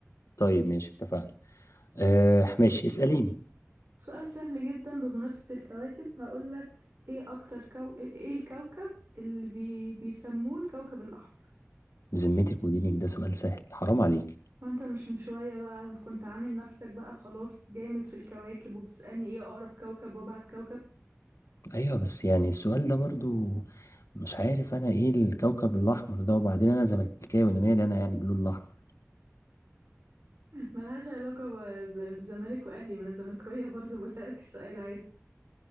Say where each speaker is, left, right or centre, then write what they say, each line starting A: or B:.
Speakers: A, on the left (about 80°); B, on the right (about 55°).
A: طيب ماشي اتفقنا آه ماشي اسأليني
B: سؤال سهل جدا بمناسبة الكواكب هقولك ايه اكتر كو... ايه الكوكب اللي بي... بيسموه الكوكب الاحمر
A: بذمتك مديرك ده سؤال سهل حرام عليك
B: ما انت مش من شوية بقى كنت عامل نفسك بقى خلاص جامد في الكواكب وبتسألني ايه اقرب كوكب وابعد كوكب
A: ايوه بس يعني السؤال ده برضو مش عارف انا ايه الكوكب الاحمر ده وبعدين انا زملكاوي انا مالي انا يعني باللون الاحمر
B: ملهاش علاقة ب... ب... بزمالك واهلي ما انا زملكاوية برضو بسألك السؤال عادي